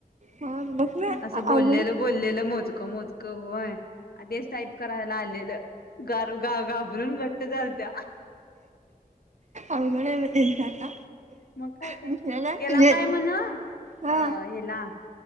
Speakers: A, on the right (about 50°); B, on the left (about 80°).
A: हा बघ ना
B: असं बोललेलं
A: अवघड
B: बोललेलं मोजकं मोजक होय आ तेच टाईप करायला आलेलं घाबरून घट्ट झाली त्या
A: अवघड आहे बाई त्यांचा आता
B: मग काय तर
A: दुसऱ्याला म्हणजे
B: याला काय म्हण अहिला
A: हा